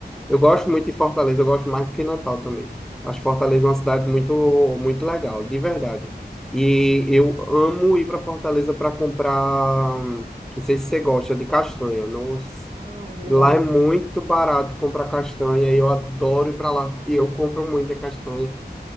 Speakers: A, in the centre; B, on the right.
A: Eu gosto muito de Fortaleza, eu gosto mais do que Natal também. Acho Fortaleza uma cidade muito, muito legal, de verdade. E eu amo ir para Fortaleza para comprar. Não sei se você gosta de castanha. Nossa.
B: Ah, é verdade.
A: Lá é muito barato comprar castanha e eu adoro ir para lá. E eu compro muita castanha.